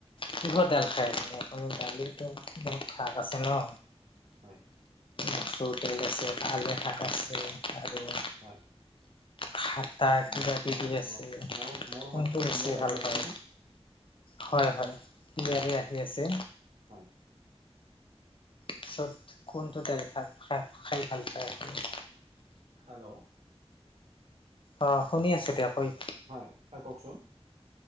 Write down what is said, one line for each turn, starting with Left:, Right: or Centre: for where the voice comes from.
Left: কিহৰ দাল খায় আপুনি? আপুনি দালিৰটো
Right: হয়
Left: বহুত ভাগ আছে ন।
Right: হয়।
Left: মচুৰ দাইল আছে কাল এ শাক আছে আৰু
Right: হয়।
Left: খাতা কিবা-কিবি
Right: ম হয়
Left: আছে
Right: ম মোৰ মোৰ
Left: কোনটো
Right: মাতটো
Left: বেছি
Right: ক্লিয়াৰ আহি
Left: ভাল
Right: আছেনে
Left: পায়? হয়-হয়
Right: ম-
Left: <unintelligible>
Right: অ
Left: আহি আছে।
Right: হয়
Left: পিছত কোনটো দালিভাত খ খাই ভাল পায় আপুনি।
Right: হেল্ল'।
Left: অ' শুনি আছো দিয়ক হয়।
Right: হয়-হয় কওকচোন।